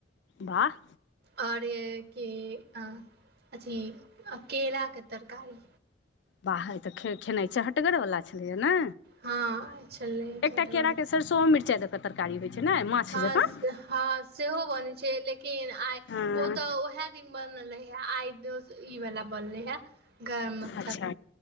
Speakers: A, on the left; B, on the right.
A: वाह
B: आओर केला अथि आ केला के तरकारी
A: बाहर तऽ खे खेनाइ चहटगर वला छलैया ने
B: हँ छलै
A: एकटा
B: चटगर
A: केरा के सरसो मिरचाई द कऽ तरकारी होइ छै ने माछ
B: हँ
A: जकाँ
B: हँ सेहो बने छै लेकिन आइ
A: हँ
B: ओ तऽ उएहे दिन बनल रहय आइ दोस ई वला बनलइ ह गरम मसाल
A: अच्छा